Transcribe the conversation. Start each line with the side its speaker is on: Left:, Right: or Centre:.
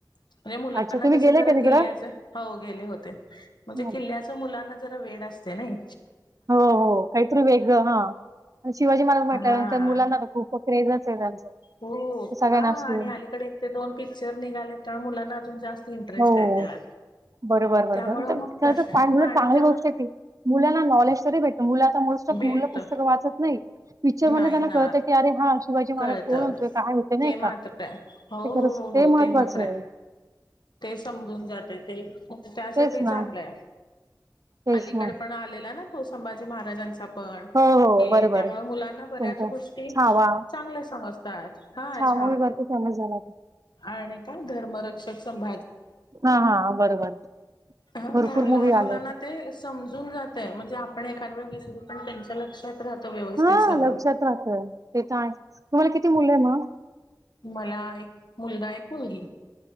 Left: म्हणजे मुलांना
Right: अच्छा तुम्ही
Left: कस
Right: गेलाय
Left: जरा
Right: का तिकडं
Left: किल्ल्याच हो गेले होते म्हणजे
Right: हो
Left: किल्ल्याच मुलांना जरा वेड असतय नय.
Right: हो हो काहीतरी वेग हा शिवाजी महाराज म्हंट
Left: हा
Right: त्यानंतर मुलांना खूप क्रेजच ये त्यांचं
Left: हो
Right: ते सगळ्यांना
Left: हा
Right: असं
Left: आणि अलीकडे एक ते दोन पिक्चर निघालेत त्या मुलांना अजून जास्त इंटरेस्ट
Right: हो
Left: आहे त्यात.
Right: बरोबर बरोबर
Left: त्यामुळे होऊन
Right: त्याच
Left: जाते आणि
Right: पाठ म्हण
Left: पाणी
Right: चांगली
Left: तर
Right: गोष्ट आहे ती मुलांना नॉलेज तरी भेटत मुलं आता मोस्ट ऑफ
Left: मिळत
Right: मुलं पुस्तक वाचत नाहीत पिक्चर मधल
Left: नाही
Right: त्यांना
Left: ना
Right: कळत की अरे हा शिवाजी महाराज
Left: कळत
Right: कोण होते काय होते नाय
Left: ते मात्र
Right: का ते
Left: आहे हो
Right: खरंच
Left: हो हो
Right: ते
Left: हो
Right: महत्त्वाचं
Left: मात्र
Right: आहे. <inaudible>
Left: ते समजून जाते ते त्यासाठी
Right: तेच
Left: चांगलं
Right: ना
Left: य.
Right: तेच
Left: अलीकड
Right: ना
Left: पण आलेला ना तो संभाजी महाराजांचा पण
Right: हो हो
Left: हे
Right: बरोबर
Left: त्यामुळ मुलांना बऱ्याच
Right: कोणता?
Left: गोष्टी
Right: छावा
Left: चांगल्या समजतात हाचं
Right: होय भरपूर फेमस झाला तो.
Left: आणि तो धर्मरक्षक संम
Right: हा हा बरोबर.
Left: ह.
Right: भरपूर मूवी
Left: लहान मुलांना
Right: आले होते.
Left: ते समजून जातय. म्हणजे आपण एखाद वेळ विसरू पण त्यांच्या लक्षात- राहतं व्यवस्थित
Right: हा
Left: सगळं.
Right: लक्षात राहतंय. ते तर आहे. तुम्हाला किती मुलं आहे मग?
Left: मला एक मुलगा एक मुलगी.